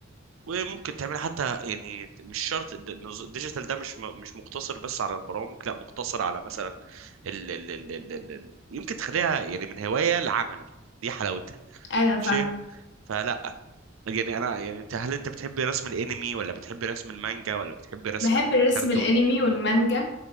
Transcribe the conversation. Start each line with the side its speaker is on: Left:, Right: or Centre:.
Right: وممكن تعملي حتى يعني مش شرط الديجيتال ده مش م- مش مقتصر بس على البرامج لا مقتصر على مثلا ال ال ال ال ال ال- يمكن تخليها يعني من هواية لعمل دي حلاوتها
Left: ايوه
Right: ماشي
Left: فاهم
Right: فلا يعني انا يعني انت هل انت بتحبي رسم الانمي ولا بتحبي رسم المانجا ولا بتحبي رسم
Left: بحب
Right: الكرتون
Left: الرسم الانمي والمانجا